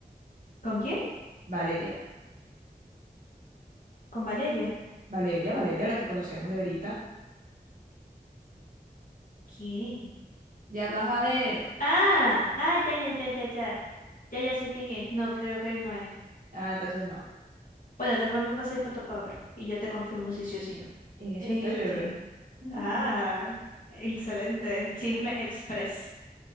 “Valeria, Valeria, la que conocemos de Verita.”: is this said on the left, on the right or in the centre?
Right